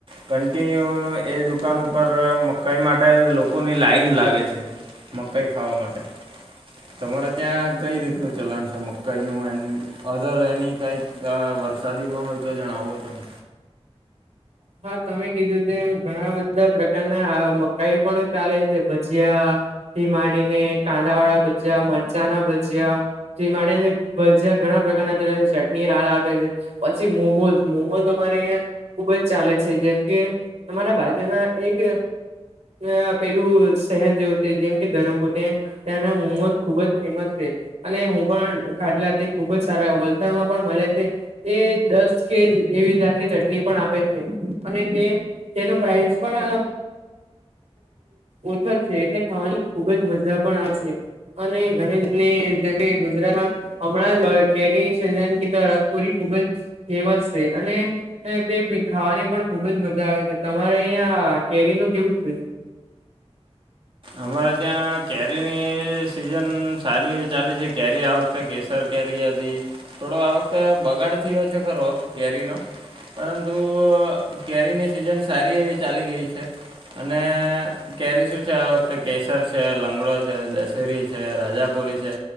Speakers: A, on the right; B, on the right.
A: કન્ટિન્યુ એ દુકાન ઉપર મકાઈ માટે લોકો લોકોની લાાઈન લાગે છે મકાઈ ખાવા માટે. તમારે ત્યાં કઈ રીતનું ચલણ છે મકાઈનું એમ. અગર એની કાંઈક વરસાદી ન હોય તો જણાવો તમે.
B: હા તમે કીધું છે એમ ઘણા બધા પ્રકારના મકાઈ પણ ચાલે છે ભજીયા ભી માંડીને કાંદા વાળા ભજ્યા, મરચાણા ભજ્યા તે માટેને ભજયા ઘણા પ્રકારના ચલે છે ચટણી લાલ આપે છે. પછી મોમોઝ મોમોઝ અમારે અહં ખુબ જ ચાલે છે જેમ કે અમારા બાજુના એક અ પેલું શહેર જેવું છે જેમ કે ધરમપુર ત્યાંના મોમોઝ ખુબ જ ફેમસ છે. અને હું પણ ખાઢલા તે ખુબ જ સારા વલસાડમાં પણ મળે છે. એ દસ કે એવી જાતને ચટણી ની પણ આપે છે અને તે તેનો પ્રાાઈઝ પણ ઓછા છે. એટલે ખાવાની ખુબ જ મજા પણ આવે છે. અને ઘણી જની જેમ કે ગુજરાતમાં હમણાં કેરી સન ગી તો રસપુરી ખુબ જ ફેમસ છે અને તેી ખાવાની પણ ખુબજ મજા આવે છે તમારે અહિયાં કેરી નું કેવું છે?
A: અમારે ત્યાં કેરીની સિઝન સારી એવી ચાલી છે કેરી આ વખતે કે સર કેરી હતી થોડો આ વખતે બગાડ થયો છે ખરો કેરીનો. પરંતુ કેરીની સિઝન સારી એવી ચાલી ગઈ છે. અને કેરી શું છે. તો કેસર છે, લંગડો છે, દશેરી છે, રાજાપુરી છે